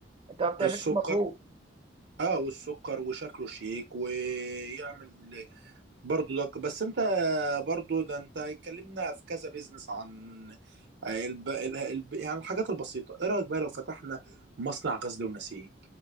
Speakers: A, on the right (about 30°); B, on the right (about 65°).
A: انت ما بتعملش
B: السكر
A: مجهود
B: اه والسكر وشكله شيك ويعمل برضو ده بس انت برضو ده انت اتكلمنا في كذا بيزنس عن الب... ال- الب... يعني الحاجات البسيطة ايه رأيك بقى لو فتحنا مصنع غزل ونسيج